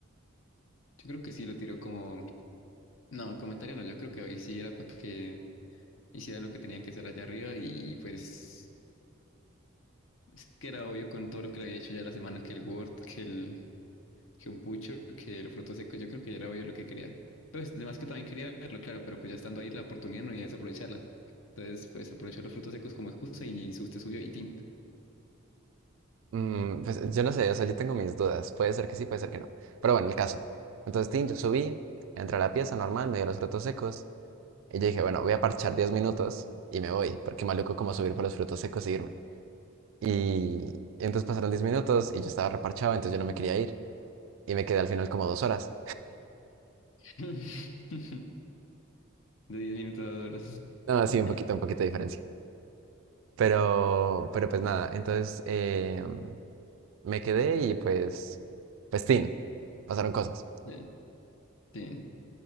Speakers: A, on the left; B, on the right.
A: Yo creo que sí lo tiró como... No, comentario no, yo creo que hoy sí era para que hicieran lo que tenían que hacer allá arriba y pues es que era obvio con todo lo que le había hecho ya la semana, que el Word, que el, que un pucho, que el fruto seco, yo creo que ya era obvio lo que quería. Pues además que también quería verlo, claro, pero pues ya estando ahí la oportunidad no iba a desaprovecharla. Entonces, pues aprovechó los frutos secos como excusa y usted subió y team.
B: Mm, pues yo no sé, o sea, yo tengo mis dudas. Puede ser que sí, puede ser que no. Pero bueno, el caso. Entonces, Tim, yo subí, entré a la pieza normal, me dio los frutos secos. Y yo dije, bueno, voy a parchar 10 minutos y me voy, porque maluco como subir por los frutos secos y irme. Y entonces pasaron 10 minutos y yo estaba reparchado, entonces yo no me quería ir. Y me quedé al final como dos horas.
A: <laughs> De 10 minutos a 2 horas.
B: No,
A: <laughs>
B: sí, un poquito, un poquito de diferencia. Pero, pero pues nada, entonces... Eh, me quedé y pues, pues, tin, pasaron cosas.
A: Sí. sí.